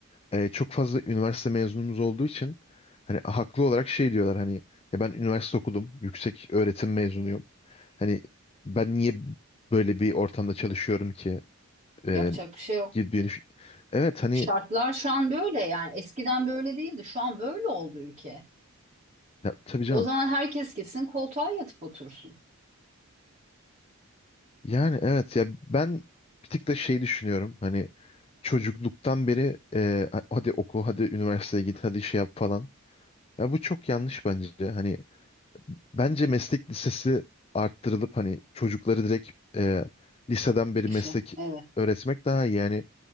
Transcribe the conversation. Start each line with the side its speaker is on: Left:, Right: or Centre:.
Left: e, çok fazla üniversite mezunumuz olduğu için hani haklı olarak şey diyorlar hani ya ben üniversite okudum. Yüksek öğretim mezunuyum. Hani ben niye böyle bir ortamda çalışıyorum ki? E,
Right: Yapacak bir şey yok.
Left: gibi bir- Evet hani
Right: Şartlar şu an böyle yani eskiden böyle değildi. Şu an böyle oldu ülke.
Left: ya, tabii canım
Right: O zaman herkes gitsin koltuğa yatıp otursun
Left: Yani evet ya ben bir tık da şey düşünüyorum hani çocukluktan beri e, hadi oku hadi üniversiteye git hadi şey yap falan. Ya bu çok yanlış bence. Hani bence meslek lisesi arttırılıp hani çocukları direkt e, liseden beri
Right: işe.
Left: meslek
Right: Evet,
Left: öğretmek daha iyi. Yani